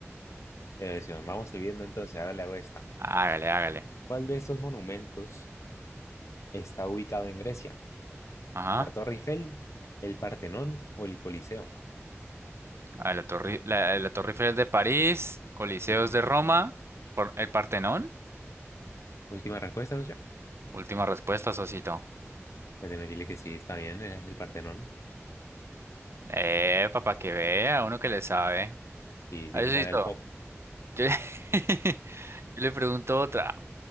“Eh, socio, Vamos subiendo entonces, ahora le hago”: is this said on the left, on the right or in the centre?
Left